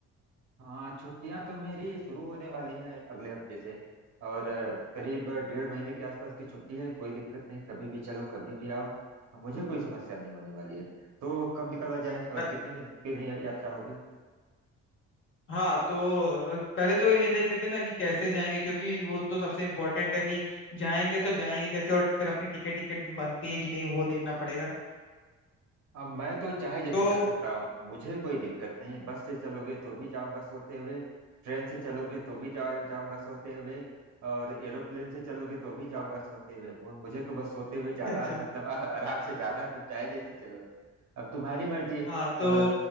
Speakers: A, on the right (about 65°); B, on the left (about 40°).
A: हाँ छुट्टियां तो मेरी शुरू होने वाली हैं अगले हफ्ते से और अ, करीब डेढ़ महीने के आसपास की छुट्टी है कोई दिक्कत नहीं कभी भी चलो कभी भी आओ मुझे कोई समस्या नहीं होने वाली है तो कब निकला जाए और
B: अ-
A: कितने दिन के लिए यात्रा होगी
B: हाँ तो अ, पहले तो ये देख लेते हैं ना कि कैसे जाएंगे क्योंकि वो तो सबसे इम्पोर्टेंट है कि जाएंगे तो जाएंगे कैसे और फिर अपनी टिकट टिकट बनती है कि नहीं वो देखना पड़ेगा
A: अब मैं तो चाहे जैसे
B: तो
A: जा सकता हूँ मुझे कोई दिक्कत नहीं बस से चलोगे तो भी जाऊंगा सोते हुए ट्रेन से चलोगे तो भी जा, जाऊंगा सोते हुए और एरोप्लेन से चलोगे तो भी जाऊंगा सोते हुए मु- मुझे तो बस सोते हुए जाना
B: <laughs> अच्छा
A: है मतलब <laughs> आ- आराम से जाना है तुम चाहे जैसे चलो अब तुम्हारी मर्जी
B: हाँ तो
A: और